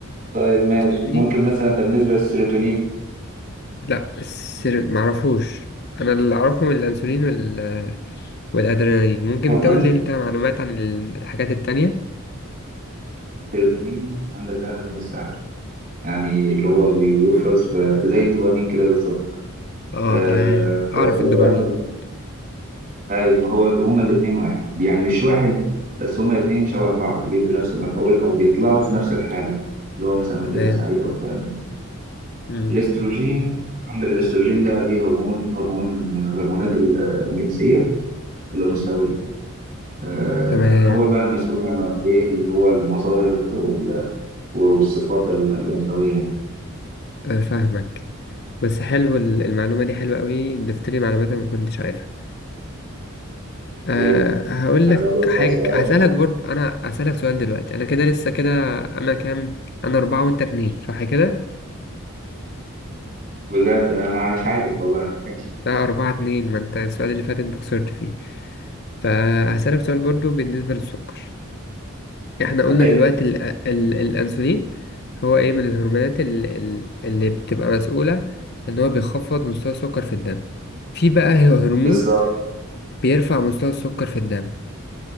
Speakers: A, on the right; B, on the left.
A: طيب ماشي
B: فاهمني
A: ممكن مثلا انت بالنسبه للسيروتونين
B: لا السر معرفوش أنا اللي أعرفه من الأنسولين وال... والأدرينالين ممكن
A: هرمون
B: تقولي أنت معلومات عن الحاجات التانية؟
A: السيروتونين عندك ده هرمون السعاده يعني اللي هو بيفرز في زي الدوبامين كده بالظبط
B: آه
A: آه
B: تمام
A: في
B: أعرف
A: الاوقات
B: الدوبامين
A: ال- ايوه ما هو هما الاثنين واحد يعني مش واحد بس هما الاثنين شبه بعض بيدوا نفس المفعول او بيطلعوا في نفس الحاله اللي هو مثلا لما
B: تمام
A: تبقى سعيده او الكلام ده
B: مم.
A: الاستروجين عندك الاستروجين ده ليه هرمون هرمون من الهرمونات الجنسيه الانثويه آه،
B: تمام
A: هو بقى المسؤول يعني عن ايه اللي هو المظاهر وال- والصفات ال- الأنثوية يعني
B: آه، فاهمك بس حلو ال- المعلومة دي حلوة قوي ضفت لي معلومات أنا ما كنتش عارفها أه
A: آه،
B: هقول
A: طب
B: لك
A: أجي أسأل
B: حاجة
A: سؤال أنت
B: هسألك برضو أنا هسألك سؤال دلوقتي أنا كده لسه كده أنا كام أنا أربعة وأنت اتنين صح كده؟
A: بجد أنا مش عارف والله ماشي
B: لا أربعة اتنين ما أنت السؤال اللي فات أنت خسرت فيه فهسألك سؤال برضو بالنسبة للسكر احنا قلنا
A: حلو
B: دلوقتي ال ال الأنسولين هو ايه من الهرمونات اللي, اللي بتبقى مسؤولة ان هو بيخفض مستوى السكر في الدم في بقى هرمون
A: بالظبط
B: بيرفع مستوى السكر في الدم